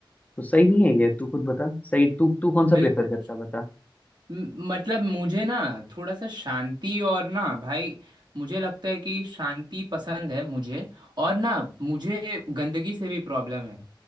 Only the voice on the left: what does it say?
तो सही नहीं है ये तू खुद बता सही तू तू कौन सा
प्रेफर करता बता